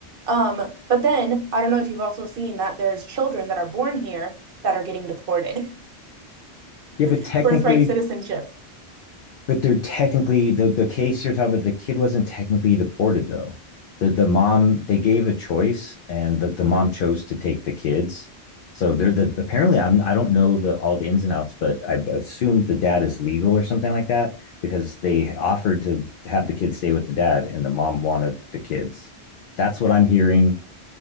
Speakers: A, on the right (about 60°); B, on the left (about 60°).
A: Um, but then I don't know if you've also seen that there's children that are born here that are getting deported.
B: Yeah,
A: <laughs>
B: but technically,
A: Birthright citizenship.
B: but they're technically the the case you're talking about. The kid wasn't technically deported though. The the mom they gave a choice, and the, the mom chose to take the kids. So they're the apparently I'm I don't know the all the ins and outs, but I assume the dad is legal or something like that because they offered to have the kids stay with the dad, and the mom wanted the kids. That's what I'm hearing.